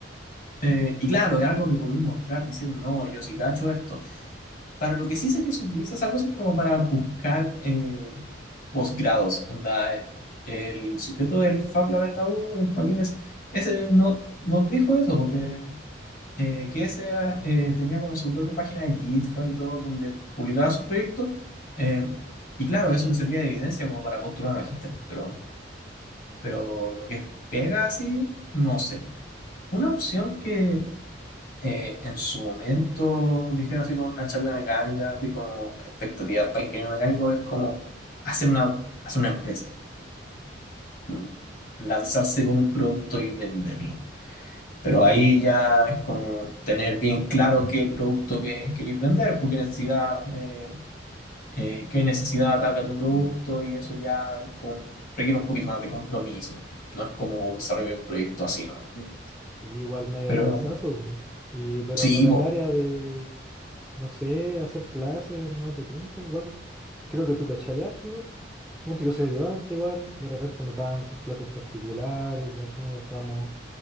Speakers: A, on the left; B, in the centre.
A: eh, y claro, es algo que podéis mostrar diciendo, no, yo sí cacho esto. Para lo que sí sé que se utiliza esa cosa es como para buscar eh, posgrados. Onda, eh, el sujeto del Fab Lab en la U, el Joaquín, es, ese no, nos dijo eso, porque eh, que ese eh, tenía como su propia página de GitHub y todo, donde publicaba sus proyectos. eh, y claro, eso le servía de evidencia como para postular a magíster, pero, pero lo que es pega así, no sé. Una opción que eh, en su momento dijeron así con una charla de mecánica, así como expectativas para ingeniero mecánico, es como hacer una, hacer una empresa mm, lanzarse con un producto y venderlo. Pero ahí ya es como tener bien claro qué producto que queréis vender, porque necesidad, eh, eh, qué necesidad ataca tu producto y eso ya con- requiere un poquito más de compromiso. No es como desarrollar un proyecto así, ¿no?
B: Sí, igual medio
A: Pero
B: lanzazo. pu. Y, pero
A: sí,
B: para
A: po.
B: el área de, no sé, hacer clases, no te tinca, igual. Creo que tú cachai harto igual. Suponte que soy ayudante igual. De repente me pagan sus clases particulares de algunos ramos